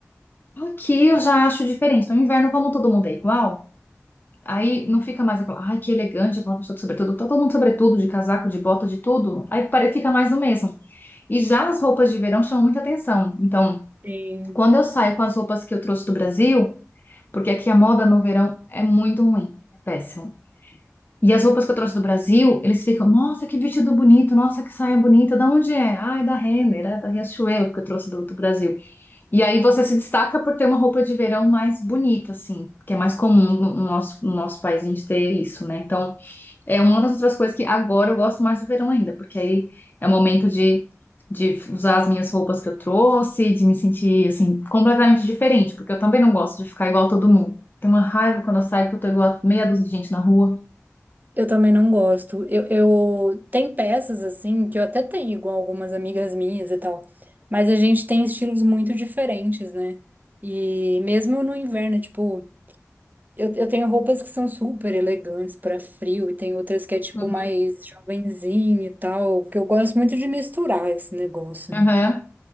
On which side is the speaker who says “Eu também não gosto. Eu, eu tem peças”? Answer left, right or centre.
Right